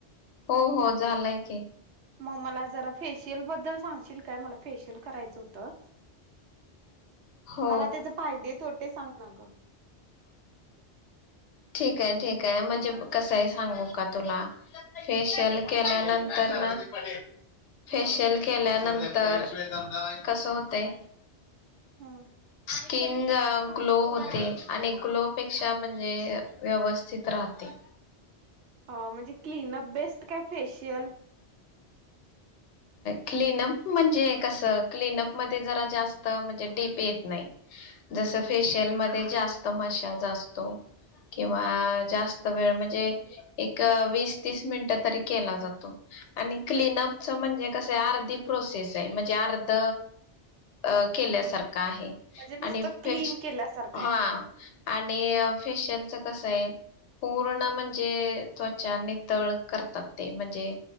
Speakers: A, on the left (about 85°); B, on the right (about 80°).
A: हो - हो झालाय की.
B: मग मला जरा फेशियल बद्दल सांगशील काय? मला फेशियल करायचं होतं
A: हो
B: मला त्याचे फायदे तोटे सांग ना का
A: ठीक आहे ठीक आहे म्हणजे कसं हाय सांगू का तुला? फेशियल
B: हम्म,
A: केल्यानंत तर ना <unintelligible> फेशियल
B: हम्म,
A: केल्यानं तर कस होतंय?
B: हम
A: स्किन ग्लो होते आणि ग्लोपेक्षा म्हणजे व्यवस्थित राहते
B: अ म्हणजे क्लीन अप बेस्ट काय फेशियल?
A: क्लीनअप म्हणजे कस क्लीनअप मध्ये जरा जास्त म्हणजे डीप येत नाही जस
B: हम्म,
A: फेशियल मध्ये जास्त मशाज असतो तो किंवा
B: हम्म,
A: जास्त त-वेळ-म म्हणजे एक वीस तीस मिनिटं तरी केला जातो आणि क्लीनअप म्हणजे कसय अर्धी प्रोसेस आहे म्हणजे अर्ध अ केल्यासारखं
B: हम्म.
A: आहे
B: म्हणजे नुसतं
A: आणि
B: क्लीन
A: फ्रेश--हा
B: केल्यासारखं आहे
A: आणि अ फेशियलच कस हाय पूर्ण म्हणजे त्वचा नितळचं करतात ते म्हणजे